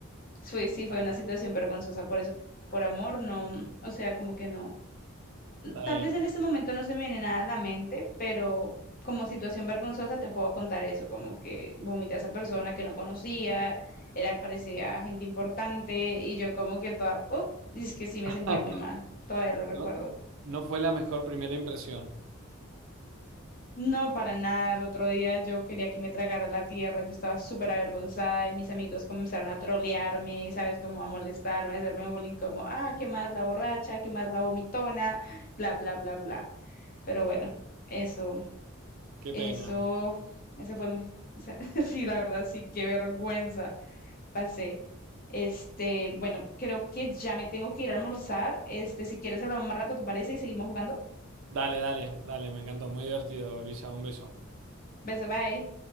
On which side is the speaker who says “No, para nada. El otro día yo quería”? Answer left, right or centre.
Left